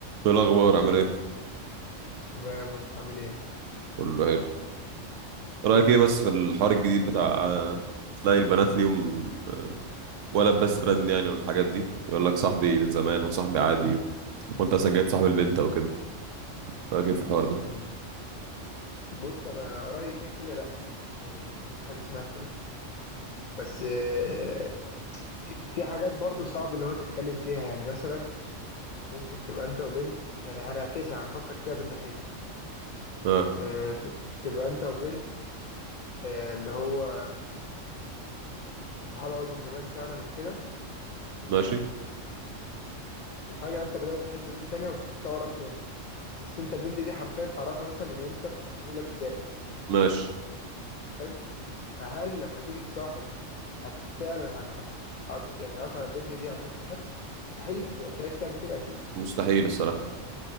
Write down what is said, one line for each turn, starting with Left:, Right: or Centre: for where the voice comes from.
Right: ايه الاخبار عامل ايه
Left: تمام وانت عامل ايه
Right: كله حلو رايك ايه بس في الحوار الجديد بتاع آه، تلاقي البنات ليهم آه، ولد بس فرند يعني والحاجات دي يقول لك صاحبي من زمان وصاحبي عادي و- وانت اصلا جاي صاحب البنت او كده رايك ايه في الحوار ده
Left: مم. بص انا رايي كده كده لا يعني مفيش حاجه اسمها كده بس آه، في في حاجات برضو صعب اللي هو تتكلم فيها يعني مثلا ممكن تبقى انت وبنت يعني هنعكسها هنفكر فيها من ناحيتها
Right: اه
Left: آه، تب- تبقى انت وبنت آه، اللي هو صحاب قوي من زمان فعلا وكده و...
Right: ماشي
Left: وفجاه انت بدات تحب بنت تانية وصاحبتها وقربت منها بس انت البنت دي حرفيا تعرفها مثلا من وانت في اولى ابتدائي
Right: ماشي
Left: حلو فهل لما تيجي تصاحب هت فعلا هتروح قط... يعني قطع البنت دي عشان صاحبت مستحيل هتبقى مش عايز تعمل كده اكيد
Right: مستحيل الصراحه